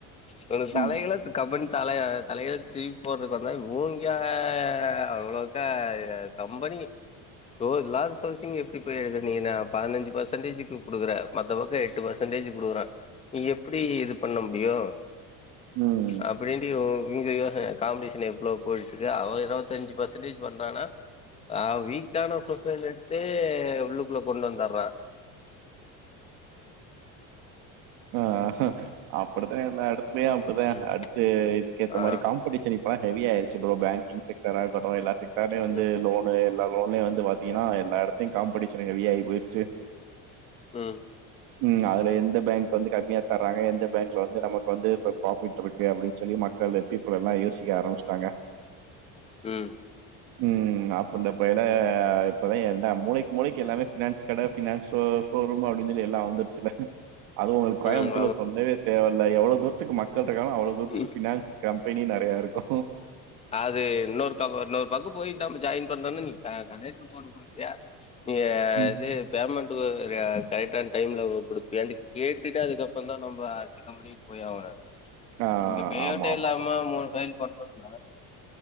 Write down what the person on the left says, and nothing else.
வனுங்க தலை
எழுத்து கம்பேனி தல த தலையெயித்த திருப்பி போட்றக்கு வந்தா இவங்க அவ்ளோக்க கம்பெனி சோ இல்லாத சோஸீங் எப்டி போயி பதினஞ்ஜி பசன்டேஜ் இப்ப குடுக்குற மத்தவங்க எட்டு பசன்டேஜ் பர்சன்டேஜ் குடுக்குற நீ எப்டி இது பண்ண முடியு
அப்டின்ட்டு யோ <unintelligible> காம்டிஷன் எவ்ளோ போயிட்டு இருக்கு அவ இருவத்தஞ்சு பர்சன்டேஜ் பண்ணனா ஆ வீக்கான ப்ரொபைல் எடுத்தே உள்ளுக்குல்ல கொண்டு வந்தறா
ம்
ஆ
ம்
உம்
ம்
ம்
உம்
அது இன்னொருத்தவுங்க இன்னொரு பக்கு போயி இல்ல நம்ம ஜாயின் பன்னோன்னே நீ க கனெக்ட்ரு போட்டு கொடுப்பீயா இங்க
இது பேமெண்ட் அது வேர கரெக்டான டைம்ல கொடுப்பியான்டு கேட்டுட்டு அதுக்கப்புற தா நம்ம அடுத்த கம்பெனிக்கு போய்யாக
இங்க பேவுட்டே
இல்லாம மூணு பன் பண்ணறதுல்ல